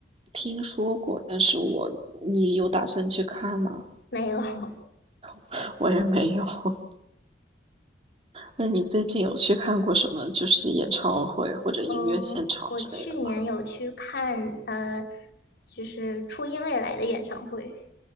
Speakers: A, on the right; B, on the left.
A: 听说过，但是我，你有打算去看吗？
B: 没有，<laughs>
A: <laughs> 我也没有。<laughs> 那你最近有去看过什么，就是演唱会或者音乐现场之类的吗？
B: 呃，我去年有去看，呃，就是初音未来的演唱会。